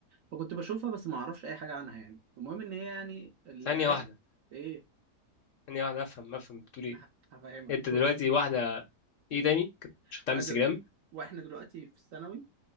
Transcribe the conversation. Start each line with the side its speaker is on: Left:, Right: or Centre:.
Right: فكنت بشوفها بس ما اعرفش اي حاجة عنها يعني المهم ان هي يعني اللي
Left: ثانية
Right: عرفت
Left: واحدة
Right: ايه
Left: ثانية واحدة أفهم أفهم بتقول إيه
Right: ه- هفهمك
Left: أنت
Right: بص
Left: دلوقتي واحدة
Right: بص
Left: إيه تاني كنت شفتها
Right: انا
Left: على الانستجرام
Right: دل... واحنا دلوقتي في الثانوي